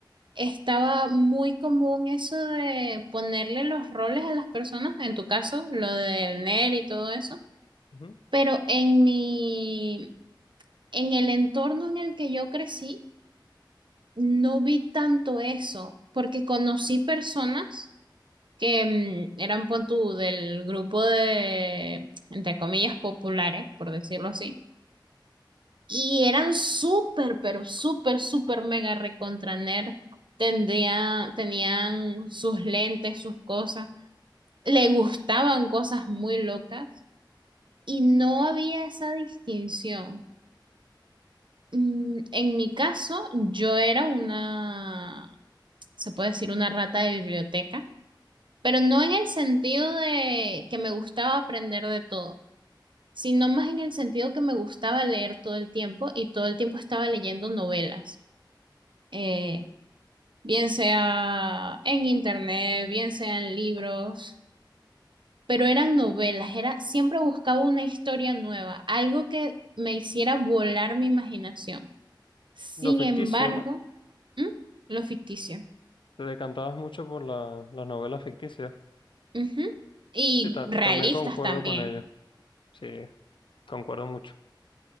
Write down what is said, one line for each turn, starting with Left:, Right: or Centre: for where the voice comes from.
Right: estaba muy común eso de ponerle los roles a las personas, en tu caso, lo del nerd y todo eso,
Left: Ujú.
Right: pero en mi, en el entorno en el que yo crecí, no vi tanto eso, porque conocí personas que mm, eran, pon tú, del grupo de, entre comillas, populares, por decirlo así Y eran súper, pero súper, súper mega recontra nerd. Tendría- tenían sus lentes, sus cosas. Le gustaban cosas muy locas y no había esa distinción. Mm, En mi caso, yo era una, se puede decir, una rata de biblioteca, pero no en el sentido de que me gustaba aprender de todo, sino más en el sentido que me gustaba leer todo el tiempo y todo el tiempo estaba leyendo novelas. Eh, bien sea en internet, bien sea en libros, pero eran novelas, era, siempre buscaba una historia nueva, algo que me hiciera volar mi imaginación. Sin
Left: Lo ficticio,
Right: embargo,
Left: ¿no?
Right: ¿m? lo ficticio.
Left: Te decantabas mucho por la, las novelas ficticias.
Right: Ujú. Y
Left: Sí, tam-
Right: realistas
Left: también concuerdo
Right: también.
Left: con ello. Sí, concuerdo mucho.